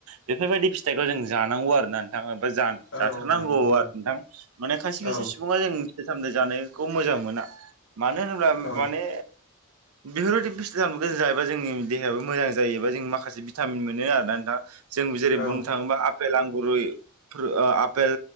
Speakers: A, on the right; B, on the left.
A: बेफोर बायदि फिथाइखौ जों जानांगौ आरोना नों नोंथाङा बा जा
B: औ
A: जाथारनांगौ
B: नंगौ नंगौ
A: आरो नोंथां माने खायसे
B: औ
A: खायसे सुबुङा जों फिथाइ सामथाइ जानायखौ मोजां मोना मानो होनोब्ला
B: औ
A: माने बेफोर बायदि फिस्थाइ सामथाइखौ जायोबा जोंनि देहायाबो मोजां जायोबा जों माखासे भिटामिन मोनो आर ना नोंथां। जों जेरै
B: औ
A: बुंनो थाङोब्ला आपेल आंगुर फोर ओ आपेल